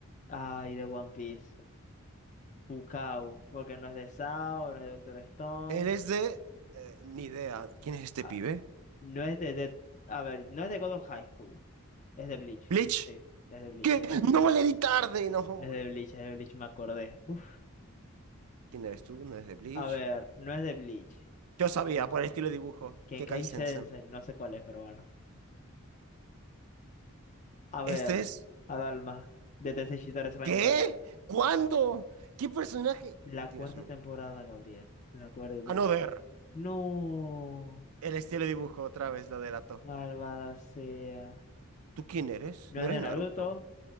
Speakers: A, on the left; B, on the right.
A: Ay, de One Piece. Pukao, porque no es de Sao, no es de Doctor Stone,
B: Él es de. eh, ni idea. ¿Quién es este
A: ah,
B: pibe?
A: no es de, de- a ver, no es de God of High School, es de Bleach.
B: Bleach.
A: Sí, es de Bleach,
B: ¿Qué?
A: es de Bleach.
B: No le di tarde, no, hombre.
A: Es de Bleach, es de Bleach, me acordé. Uf.
B: ¿Quién eres tú? ¿No eres de Bleach?
A: A ver, no es de Bleach.
B: Yo sabía,
A: ¿sí?
B: por el estilo de dibujo,
A: Kenkai
B: que Kai Sensen.
A: Sensei, no sé cuál es, pero bueno. A
B: ¿Este
A: ver,
B: es?
A: Adalma, de Tensei Shitara Slime
B: ¿Qué?
A: Dottakemi.
B: ¿Cuándo? ¿Qué personaje?
A: La
B: Dios
A: cuarta
B: mío.
A: temporada, Gabriel. La cuarta temporada.
B: A no ver.
A: No.
B: El estilo de dibujo otra vez lo delató.
A: Malvada sea.
B: ¿Tú quién eres?
A: No
B: No
A: es
B: eres
A: de Naruto.
B: Naruto.